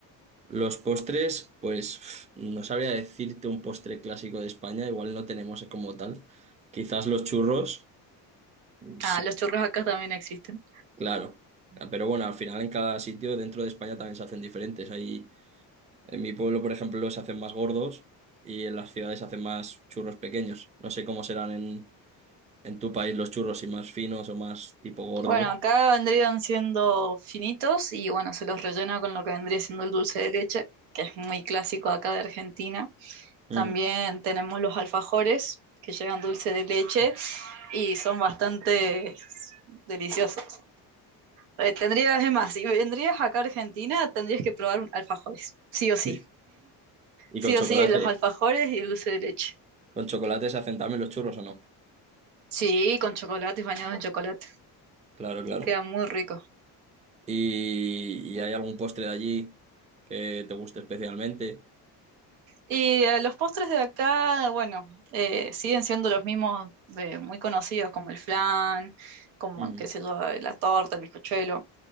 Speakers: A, on the right; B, on the right.
A: Los postres, pues pf, no sabría decirte un postre clásico de España, igual no tenemos como tal. Quizás los churros, sí,
B: Ah, los churros acá también existen.
A: claro. Pero bueno, al final en cada sitio dentro de España también se hacen diferentes. Hay En mi pueblo, por ejemplo, los hacen más gordos y en las ciudades hacen más churros pequeños. No sé cómo serán en, en tu país los churros, si más finos o más tipo gordos.
B: Bueno, acá vendrían siendo finitos y bueno, se los rellena con lo que vendría siendo el dulce de leche, que es muy clásico acá de Argentina.
A: Ujú.
B: También tenemos los alfajores que llevan dulce de leche y son bastante deliciosos. Eh, tendrías, es más, si vendrías acá a Argentina, tendrías que probar un- alfajores, sí o sí.
A: Sí. Y
B: Sí
A: con chocolate.
B: o sí, los alfajores y el dulce de leche.
A: ¿Con chocolate se hacen también los churros o no?
B: Sí, con chocolate y bañados en chocolate.
A: Claro, claro.
B: Queda muy rico.
A: ¿Y, y hay algún postre de allí que te guste especialmente?
B: Y eh, los postres de acá, bueno, eh, siguen siendo los mismos de- muy conocidos, como el flan, como,
A: Ujú,
B: qué sé yo, la torta, el bizcochuelo.